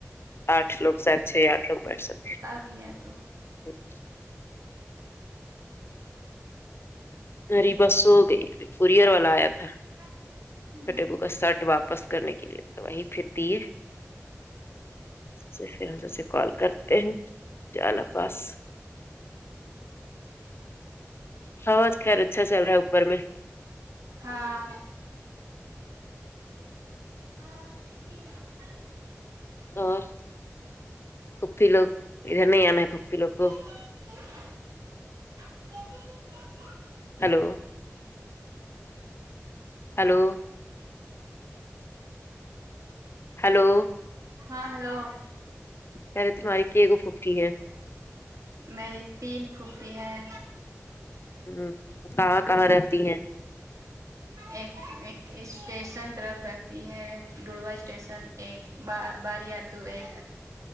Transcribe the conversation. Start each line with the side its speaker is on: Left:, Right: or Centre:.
Left: آٹھ لوگ شاید چھ آٹھ لوگ بیٹھ سکتے ہیں
Right: وہی ہے تو
Left: <inaudible> اریبہ سوگئی ابھی کورئر والا آیا تھا
Right: <unintelligible>
Left: چھوٹے ابو کا شرٹ واپس کرنے کے لیے تو وہی پھر دی پھر سے ان سے کال کرتے ہیں چلو بس ہوا آج خیر اچھا چل رہا ہے اوپر میں
Right: ہاں ہاں <unintelligible>
Left: اور پھوپھی لوگ ادھر نہیں آنا ہے پھوپھی لوگ کو
Right: <unintelligible>
Left: ہلو ہیلو ہیلو
Right: ہاں ہیلو
Left: پہلے تمہاری کے گو پھوپی ہے
Right: میری تین پھپی ہیں
Left: ہمم کہاں کہاں رہتی ہیں
Right: ایک ایک اسٹیشن طرف رہتی ہے دوڈوا اسٹیشن ایک با بار یا تو ایک